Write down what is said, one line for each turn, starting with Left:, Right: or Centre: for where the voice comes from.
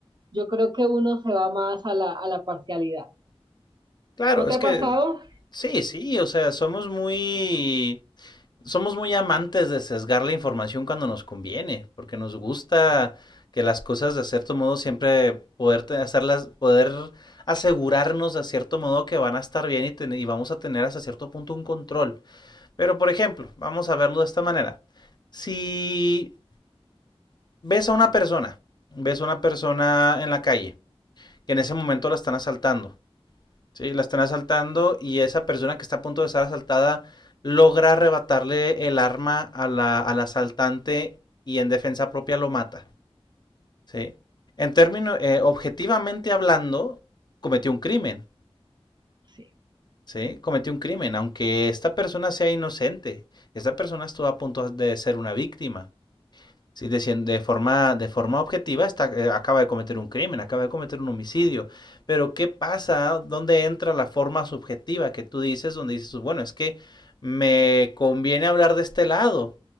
Right: yo creo que uno se va más a la, a la parcialidad.
Left: claro,
Right: ¿No te
Left: es
Right: ha
Left: que
Right: pasado?
Left: sí, sí, o sea, somos muy somos muy amantes de sesgar la información cuando nos conviene, porque nos gusta que las cosas de cierto modo siempre poder hacerlas, poder asegurarnos de cierto modo que van a estar bien y, ten- y vamos a tener hasta cierto punto un control. Pero por ejemplo, vamos a verlo de esta manera. Si ves a una persona, ves a una persona en la calle, que en ese momento la están asaltando, Sí, la están asaltando y esa persona que está a punto de ser asaltada logra arrebatarle el arma a la, al asaltante y en defensa propia lo mata. ¿sí? En términos, eh, objetivamente hablando, cometió un crimen.
Right: Sí,
Left: ¿sí? Cometió un crimen, aunque esta persona sea inocente. Esta persona estuvo a punto de ser una víctima. Sí, de, cien- de forma, de forma objetiva está, eh, acaba de cometer un crimen, acaba de cometer un homicidio. Pero ¿qué pasa? ¿Dónde entra la forma subjetiva que tú dices? Donde dices, bueno, es que me conviene hablar de este lado.